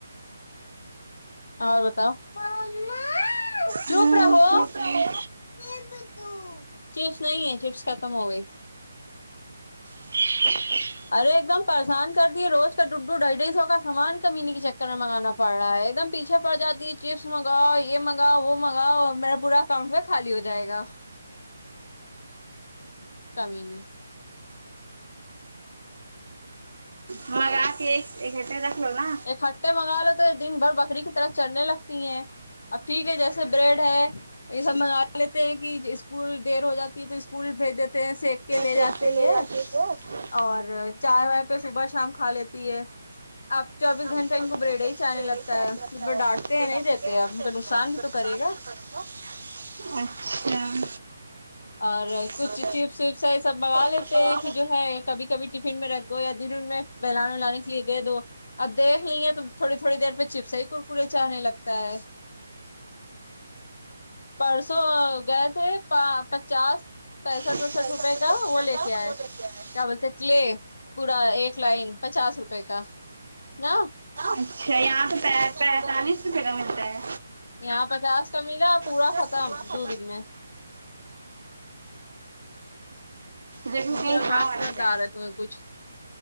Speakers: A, on the left; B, on the right.
A: اور بتاؤ ممما چپ
B: ہاں
A: رہو
B: ٹھیک ہے
A: چپس دو چپس نہیں ہے چپس ختم ہو گئی
B: <unintelligible>
A: ارے ایک دم پریشان کر دیے روز کا ڈڈو ڈھائی ڈھائی سو کا سامان کمینی کے چکر میں منگانا پڑ رہا ہے ایک دم پیچھے پڑ جاتی چپس منگاؤ یہ منگاؤ وہ منگاؤ اب میں پورا اکاؤنٹ میں خالی ہو جائے گا کمینی
B: ہاں یار اوکے ایک گھنٹا رکھلو نہ
A: اکھٹھے منگا لو تو دن بھر بکری کی طرح چرنے لگتی ہیں اب ٹھیک ہے جیسے بریڈ ہے یہ سب منگا لیتے ہیں کہ اسکول دیر ہو جاتی ہے تو اسکول بھیج دیتے ہیں سیک کے لے
B: پھینک
A: جاتے
B: کے لے
A: سے ہے
B: جاتی ہے
A: اور چاے واے پہ صبح شام کھا لیتی ہے اب چوبیس
B: ہم
A: گھنٹہ
B: ساتھ
A: ان کو بریڈا ہیچ آنے لگتا ہے
B: رکھتا
A: جس پر ڈانٹتے ہیں
B: جو
A: نہیں
B: ڈالتے
A: دیتے ہیں اب ان
B: نا
A: کا نقصان بھی تو کرے گا
B: چ اچھا
A: اور
B: اچھا
A: کچھ چپس وپس یہ سب منگا لیتے
B: پچاس
A: ہیں کہ جو ہے کبھی کبھی ٹفن میں رکھ دو یا دن ان میں بلان و لانانی کیلیے دے دو اب دیکھ لیے تو تھوڑی تھوڑی دیر پہ چپس ہی کرکرے چاہنے لگتا ہے پرسو گئے تھے پچاس پینسٹھ
B: ستر
A: وسٹھ روپئے کا
B: روپے
A: وہ لے
B: کا
A: کے آئے
B: وہ دیتے ہیں
A: کیا بولتے کلے پورا ایک لائن پچاس روپئے کا نہ
B: اچھا یہاں تو پے پینتالیس روپے کا ملتا ہے
A: یہاں پچاس کا ملا پورا
B: اچھا
A: ختم دو دن میں
B: دیکھو
A: ان
B: کہیں
A: کی آ
B: کھا
A: بس
B: والا
A: ب
B: جائے
A: ڈا رہت <unintelligible> اور کچھ